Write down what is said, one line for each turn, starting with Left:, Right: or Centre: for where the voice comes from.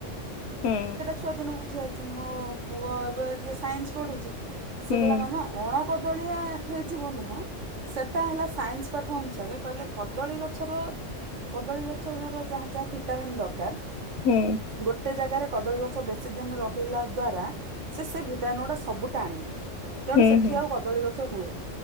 Left: ହୁଁ।
Right: ସ୍ଵାଦନ ବୁଝି ଆଚଛି ମୋ ପୁଅ ଏବେ ଟିକେ ସାଇନ୍ସ ପଢୁଛି ସେ
Left: ହୁଁ
Right: କହିଲା ମାମା। ଅଣକଦଳିଆ ହେଇଯିବ ନୁହଁ ସେଟା ହେଲା ସାଇନ୍ସ ପାଠ ଅନୁସାରେ କହିଲେ କଦଳୀ ଗଛର କଦଳୀ ଗଛର ଯାହା ଯାହା ଭିଟାମିିନ ଦରକାର
Left: ହୁଁ
Right: ଗୋଟେ ଜାଗାରେ କଦଳୀ ଗଛ ବେଶୀ କି ଦିନ ରହିଲା ଦ୍ଵାରା ସେ ଭିଟାମନ୍ ଗଟା ସବୁଟା ଆଣି ନିିଏ ତେଣୁ
Left: ହୁଁ
Right: ସେଠି
Left: ହୁଁ
Right: ଆଉ କଦଳୀ ଗଛ ହୁଏନି